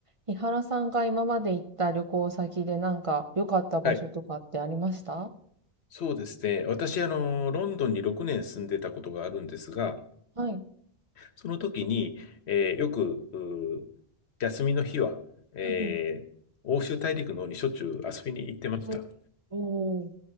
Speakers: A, on the right; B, on the left.
A: 伊原さんが今まで行った旅行先でなんか良かった場所とかってありました
B: はい。そうですね。私、あの、ロンドンに6年住んでたことがあるんですが、
A: はい。うん
B: その時に、えーよく、うー休みの日は、えー欧州大陸の方にしょっちゅう遊びに行ってました。
A: うんえーおー、